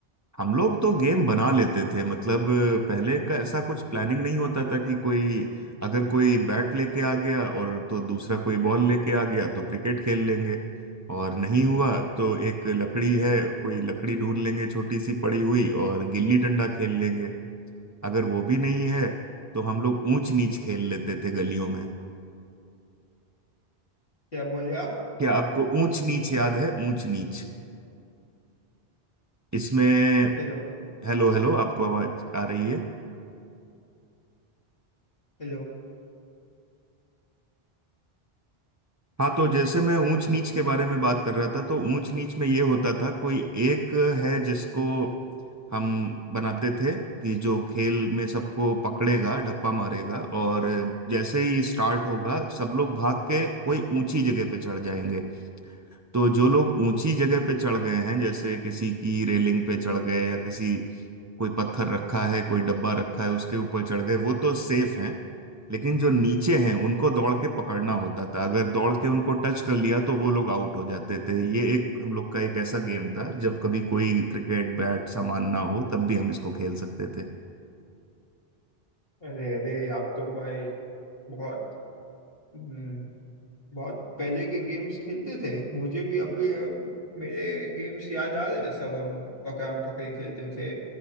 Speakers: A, on the right; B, on the left.
A: हम लोग तो गेम बना लेते थे मतलब अ, पहले का ऐसा कुछ प्लानिंग नहीं होता था कि कोई अगर कोई बैट लेके आ गया और तो दूसरा कोई बॉल लेके आ गया तो क्रिकेट खेल लेंगे और नहीं हुआ तो एक लकड़ी है कोई लकड़ी ढूंढ लेंगे छोटी सी पड़ी हुई और गिल्ली डंडा खेल लेंगे अगर वो भी नहीं है तो हम लोग ऊंच नीच खेल लेते थे गलियों में
B: क्या बोले आप
A: क्या आपको ऊंच नीच याद है ऊंच नीच इसमें
B: हेलो
A: हेलो हेलो आपको आवाज आ रही है
B: हेलो
A: हाँ तो जैसे मैं ऊंच नीच के बारे में बात कर रहा था तो ऊंच नीच में ये होता था कोई एक है जिसको हम बनाते थे कि जो खेल में सबको पकड़ेगा ढप्पा मारेगा और जैसे ही स्टार्ट होगा सब लोग भाग के कोई ऊंची जगह पे चढ़ जाएंगे तो जो लोग ऊंची जगह पे चढ़ गए हैं जैसे किसी की रेलिंग पे चढ़ गए या किसी कोई पत्थर रखा है कोई डब्बा रखा है उसके ऊपर चढ़ गए वो तो सेफ हैं लेकिन जो नीचे हैं उनको दौड़ के पकड़ना होता था अगर दौड़ के उनको टच कर लिया तो वो लोग आउट हो जाते थे ये एक हम लोग का एक ऐसा गेम था जब कभी कोई क्रिकेट बैट सामान ना हो तब भी हम इसको खेल सकते थे
B: अरे अरे आप तो भाई बहुत हम्म, बहुत पहले के गेम्स खेलते थे मुझे भी अब भी, अ, मेरे गेम्स याद आ रहे हैं। सब हम पकड़म पकड़ी खेलते थे